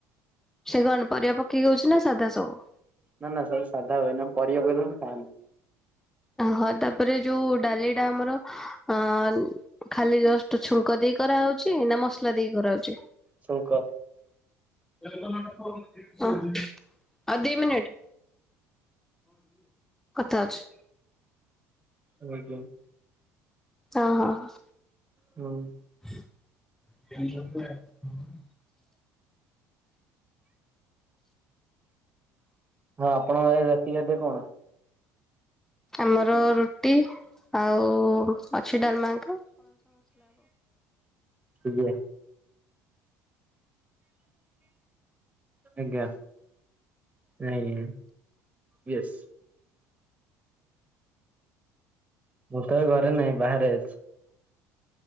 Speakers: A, in the centre; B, on the right.
A: ସେ କଣ ପରିବା ପକେଇକି ହଉଛି ନା ସାଧା ସବୁ।
B: ନା ନା ସବୁ ସାଧା ହୁଏ ନା ପରିବା ଫରିବା ମୁଁ ଖାଏନି।
A: ହଁ ତାପରେ ଯୋଉ ଡାଲିଟା ଆମର ଅ ଖାଲି ଜଷ୍ଟ ଛୁ ଛୁଙ୍କ ଦେଇ କରାହେଉଛି ନା ମସଲା ଦେଇକି କରାହଉଛି।
B: ଛୁଙ୍କ।
A: ହ, ଅଉ ଦି ମିନିଟ। କଥା ହଉଛୁ।
B: <unintelligible>
A: ହଁ ହଁ।
B: ହୁଁ।
A: କେଉଁଝର ଯିବା?
B: ଆପଣଙ୍କର ରାତି ଖାଦ୍ୟ କଣ?
A: ଆମର ରୁଟି ଆଉ ଅଛି ଡାଲମାଙ୍କ।
B: ଆଜ୍ଞା। ଆଜ୍ଞା। ନାଇ ୟେସ। ମୁଁ ତ ଏ ଘରେ ନାହିଁ ବାହାରେ ଅଛି।